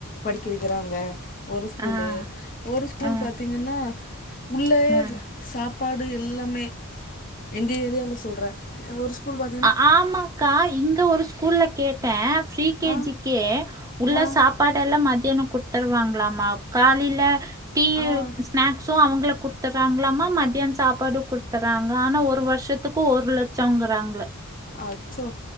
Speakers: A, on the left (about 40°); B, on the right (about 15°).
A: படிக்க வைக்கிறாங்க ஒரு ஸ்கூலு
B: ஆ
A: ஒரு ஸ்கூல்
B: ஆ
A: பாத்தீங்கன்னா உள்ளேயேஃப்
B: ஆ
A: சாப்பாடு எல்லாமே எங்க ஏரியால சொல்ற அ ஒரு ஸ்பூல் வ
B: ஆ ஆமாக்கா இங்க ஒரு ஸ்கூல்ல கேட்ட ஃப்ரீ கேஜிக்கே
A: ஆ,
B: உள்ள
A: வ,
B: சபாடு எல்லா மத்யனோ குடுத் தருவாங்களாமா காலில டீ
A: ஆ
B: ஸ்நாக்ஸ் சோ அவங்கள குடுத்துறாங்களாமா மத்தியான சாப்பாடு குடுத்துறாங்க ஆனா ஒரு வருஷத்துக்கு ஒரு லட்சங்கிறாங்கள
A: அச்சோ